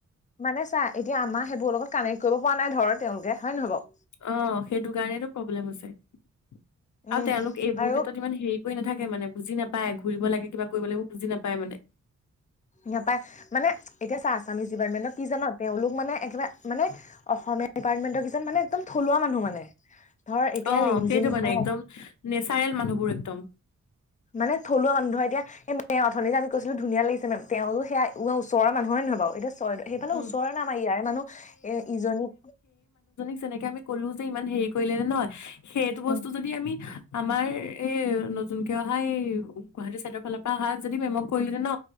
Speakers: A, on the left; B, on the left.
A: মানে চা এতিয়া আমা সেইবোৰ লগত কানেক্ট কৰিব। পোৱা নাই ধৰ। তেওঁলোকে হয় নহয় বাৰু
B: অ সেইটো কাৰণেতো- প্ৰব্লেম আছে। আৰু
A: উম
B: তেওঁলোক এইবোৰ
A: আৰু
B: ক্ষেত্ৰত ইমান হেৰি কৰি নাথাকে মানে বুজি নাপায়, ঘূৰিব লাগে কিবা কৰিব লাগিব বুজি নাপায় মানে।
A: নাপায়। মানে এতিয়া চা আছামিছ ডিপাৰ্টমেন্টক কি জান? তেওঁলোক মানে একেবাৰে মানে অসমীয়া ডিপাৰ্টমেন্টৰ কিছু মানে একদম থলুৱা মানুহ মানে। ধৰ এতিয়া
B: অ'
A: ৰিমজিম
B: সেইটো মানে
A: অ
B: একদম নেচাৰেল মানুহবোৰ একদম।
A: মানে থলুৱা মানুহ ধৰ এতিয়া এই মেম অথনি যে আমি কৈছিলো ধুনীয়া লাগিছ মেম তেওঁৰো সয়া ওৰ মানুহে নহয় বাৰু? এতিয়া চৰাইদেউ সেইফালে
B: উম
A: ওচৰৰ নামাৰ ইয়াৰে মানুহ, এ ইজনী
B: তেনেকে আমি কলো যে ইমান হেৰি কৰিলে নে নহয়? সেইটো বস্তু
A: উম
B: যদি আমি আমাৰ এই নতুনকে অহা এই গুৱাহাটী চাইডৰ ফালৰ পৰা অহা যদি মেমক কৰিলে হেঁতেন ন?